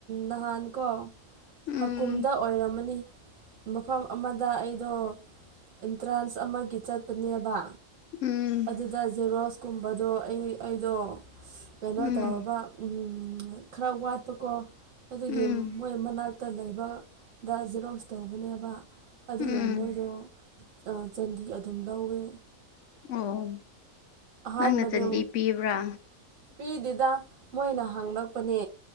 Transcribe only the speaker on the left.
ꯎꯝ
ꯎꯝ
ꯎꯝ
ꯎꯝ
ꯎꯝ
ꯑꯣ
ꯅꯪꯅ ꯆꯟꯗꯤ ꯄꯤꯕ꯭ꯔꯥ